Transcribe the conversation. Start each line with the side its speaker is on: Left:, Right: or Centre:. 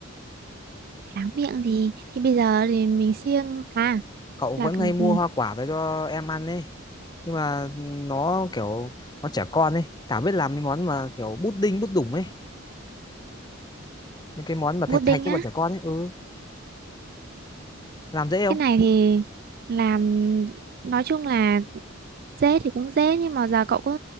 Right: Tráng miệng thì thì bây giờ thì mình siêng à
Left: cậu
Right: là
Left: vẫn
Right: c-
Left: hay mua hoa quả về cho em ăn ấy nhưng mà ừ, nó kiểu nó trẻ con ấy Thảo biết làm mấy món mà kiểu bút đinh bút đủng ấy mấy cái món mà
Right: pudding
Left: thạch thạch cho bọn
Right: á
Left: trẻ con ấy ừ làm dễ không
Right: cái này thì làm nói chung là dễ thì cũng dễ nhưng mà giờ cậu có